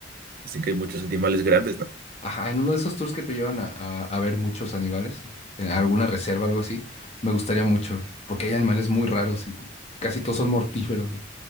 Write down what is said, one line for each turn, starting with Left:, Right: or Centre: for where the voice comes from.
Right: Dicen que hay muchos animales grandes, ¿no?
Left: ajá, en uno de esos tours que te llevan a, a- a ver muchos animales, en alguna reserva, algo así. Me gustaría mucho, porque hay animales muy raros y casi todos son mortíferos.